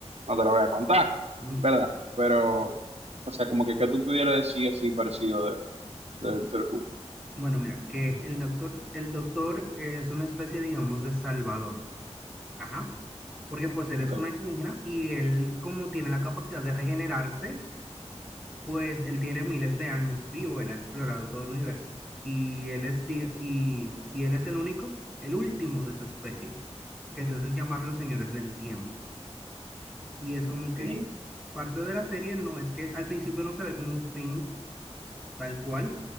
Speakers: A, on the right; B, in the centre.
A: no te lo voy a contar,
B: <laughs>
A: ¿verdad? Pero, o sea, como que, que tú pudieras decir así parecido de, de Doctor Who.
B: Bueno, mira, que el doctor, el doctor es una especie, digamos, de salvador. Ajá. Porque pues él
A: Ok.
B: es un alienígena y él, como tiene la capacidad de regenerarse, pues él tiene miles de años vivo, él ha explorado todo el universo. Y él es, di- y, y él es el único, el último de su especie, que se hacen llamar los señores del tiempo. Y es como que
A: Sí.
B: parte de la serie no es que al principio no se ve como un fin tal cual,